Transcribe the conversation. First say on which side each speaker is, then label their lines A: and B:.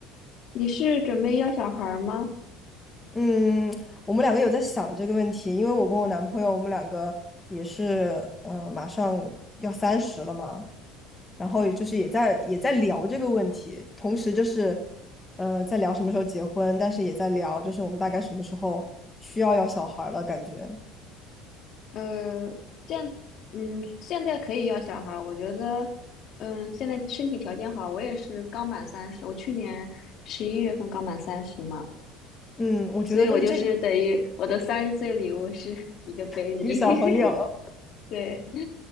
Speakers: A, on the left (about 55°); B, on the left (about 15°).
A: 你是准备要小孩儿吗？
B: 嗯，我们两个有在想这个问题，因为我跟我男朋友，我们两个也是，呃，马上要三十了嘛，然后也就是也在也在聊这个问题，同时就是，呃，在聊什么时候结婚，但是也在聊就是我们大概什么时候需要要小孩儿了，感觉，
A: 呃，现嗯，现在可以要小孩儿我觉得，嗯，现在身体条件好，我也是刚满三十，我去年十一月份刚满三十嘛，
B: 嗯，我觉得就是这个
A: 所以我就是等于我的三十岁礼物是 <laughs> 一个 baby，
B: 一个小朋友，
A: <laughs> 对，